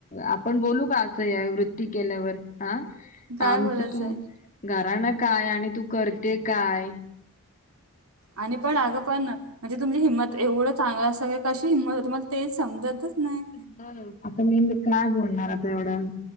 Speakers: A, on the left; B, on the right.
A: आपण बोलू का असं या वृत्ती केल्यावर हा
B: काय
A: आमचं
B: बोलायचंय?
A: तू घराणं काय आणि तू करते काय?
B: आणि पण अगं पण म्हणजे तुमची हिंमत एवढं चांगलं सगळ कशी हिंमत होत मला तेच समजतच नाही.
A: हम्म आता मी काय बोलणार आता एवढं,